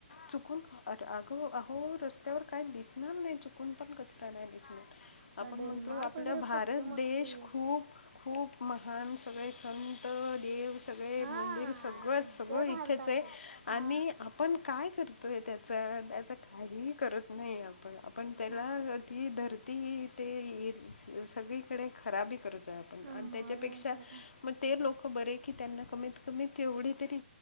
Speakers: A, on the left; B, on the right.
A: चुकून अगो अहो रस्त्यावर काय दिसणार नाही चुक कोण पण कच नाही दिसणार
B: तर
A: आपण
B: डेन्मार्क
A: म्हणतो आपलं
B: वगैरे
A: भारत
B: कसले मोठे
A: देश खूप खूप महान सगळे संत देव सगळे
B: हा
A: मंदिर सगळंच
B: सगळे
A: सगळं इथेच
B: भारतात
A: आहे
B: हा
A: आणि आप आपण काय करतोय त्याचं त्याचं काही करत नाही आपण आपण त्याला
B: हा
A: ही धरती ह ते सगळीकडे खराबी करूत
B: मग
A: त्याच्यापेक्षा
B: नाही तर काय
A: मग ते लोक बरे की त्यांना कमीत कमी तेवढी तरी